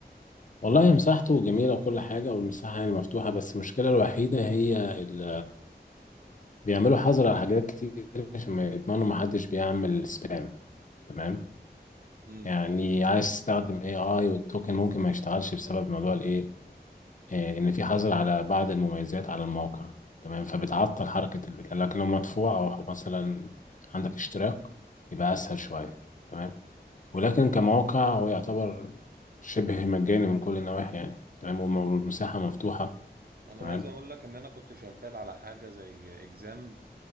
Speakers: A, on the left; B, on the right.
A: والله هي مساحته جميلة وكل حاجة والمساحة يعني مفتوحة بس المشكلة الوحيدة هي ال... بيعملوا حظر على حاجات كتير عشان ما يضمنوا محدش بيعمل سبام تمام
B: امم
A: يعني عايز تستخدم اي اي والتوكن ممكن ما يشتغلش بسبب موضوع الايه آه، ان في حظر على بعض المميزات على الموقع تمام فبتعطل حركة البتاع لكن لو مدفوع او مثلا عندك اشتراك يبقى اسهل شوية تمام ولكن كموقع هو يعتبر شبه مجاني من كل النواحي يعني تمام والم- والمساحة مفتوحة
B: انا
A: تمام
B: عايز اقول لك ان انا كنت شغال على حاجة زي اكزام